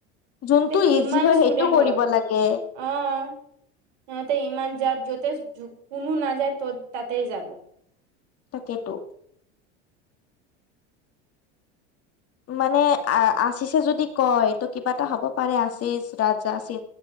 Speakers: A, on the left; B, on the right.
A: যোনটো
B: তে কিমান
A: ইজি হয়,
B: ষ্টুডেন্ট
A: সেইটো কৰিব
B: হ'ল
A: লাগে।
B: অ', সিহঁতে ইমান যাত য'তে কোনো নাযায়, ত'ত তাতেই যাব।
A: তাকে তো। মানে আ-আছিছে যদি কয়, তো কিবা এটা হ'ব পাৰে, আছিচ ৰাজা চি